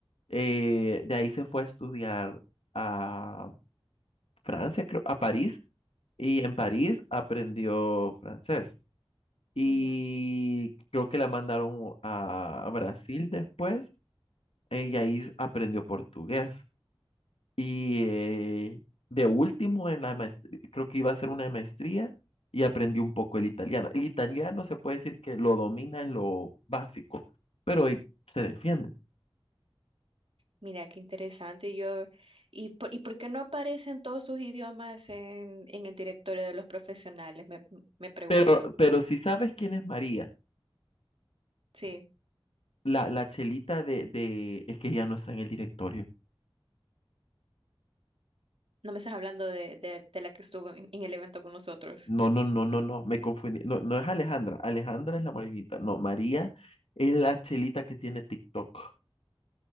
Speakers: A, on the left (about 80°); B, on the right (about 70°).
A: Eh, de ahí se fue a estudiar a Francia, creo, a París, y en París aprendió francés. y
B: ujú.
A: creo que la mandaron a Brasil después eh, y ahí aprendió portugués. Y eh, de último, en la maestría, creo que iba a hacer una maestría y aprendió un poco el italiano. El italiano se puede decir que lo domina en lo básico, pero eh, se defiende.
B: Mira, qué interesante. Yo, ¿y por, y por qué no aparecen todos sus idiomas en, en el directorio de los profesionales? Me, me pregunto.
A: Pero, pero si sabes quién es María,
B: Sí,
A: la, la chelita de, de, es que ya no está en el directorio.
B: no me estás hablando de, de, de la que estuvo en, en el evento con nosotros.
A: No, no, no, no, no, me confundí. No, no es Alejandra. Alejandra es la morenita. No, María es la chelita que tiene TikTok.